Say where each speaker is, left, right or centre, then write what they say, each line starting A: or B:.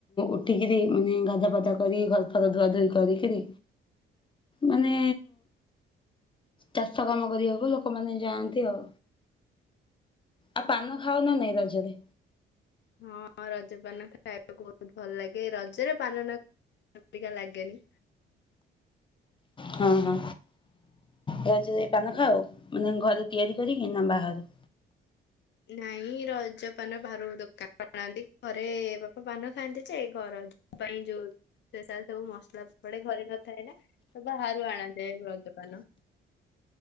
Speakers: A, on the left; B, on the left.
A: ଉଠିକି ମାନେ ଗାଧୁଆ ପାଧୁଆ କରି ଘର ଫର ଧୁଆଧୁଇ କରିକିରି ମାନେ ଚାଷ କାମ କରିବାକୁ ଲୋକମାନେ ଯାଆନ୍ତି ଆଉ। ଆଉ ପାନ ଖାଅ ନା ନାଇଁ ରଜରେ?
B: ହଁ ରଜପାନ ଖାଇବାକୁ ବହୁତ ଭଲ ଲାଗେ ରଜରେ ପାନ <unintelligible> ଲାଗେନି।
A: ହଁ ହଁ ରଜରେ ଖାଅ ମାନେ ଘରେ ତିଆରି କରିକି ନା ବାହାରୁ?
B: ନାଇଁ ର ଜ ପାନ ବାହାରୁ ଦୋକା ଆନ୍ତି ଘରେ ବାପା ପାନ ଖାଆନ୍ତି ଯେ ଘର ଯୋଉ ପାଇଁ ଯୋଉ ସ୍ପେସାଲ୍ ସବୁ ମସଲା ପଡେ ଘରେ ନଥାଏ ନା ତ ବାହାରୁ ଆଣନ୍ତିଏ ରଜ ପାନ।